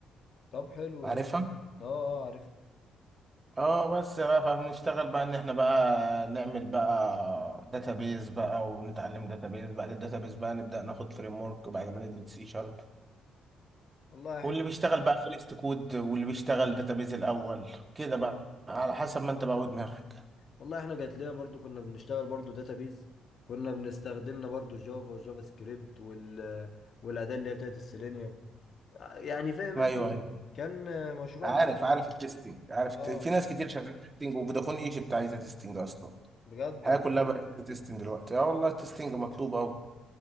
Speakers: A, on the left; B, on the right.
A: طب حلو
B: عارفها
A: ده اه اه عارف
B: اه بس بقى فبنشتغل بقى ان احنا بقى نعمل بقى داتابيز بقى ونتعلم داتابيز بعد الداتابيز بقى نبدأ ناخد فريم ورك بعد ما ندرس سي شارب
A: والله احنا
B: واللي بيشتغل بقى فيرست كود واللي بيشتغل داتابيز الاول كده بقى على حسب ما انت بقى ودماغك
A: والله احنا جات لنا برضو كنا بنشتغل برضو داتابيز كنا بنستخدمنا برضو جافا وجافا سكريبت وال والاداه اللي هي بتاعت السيلينيوم يعني فاهم
B: ايوه
A: انت ايه
B: ايوه
A: كان مشروع
B: عارف
A: م-
B: عارف التستنج عارف الت-
A: اه
B: في ناس كتير شغاله تستنج وفودافون ايجيبت عايزه تستنج اصلا
A: بجد
B: الحياة
A: والله
B: كلها بقت تيستنج دلوقتي اه والله التيستنج مطلوب أوي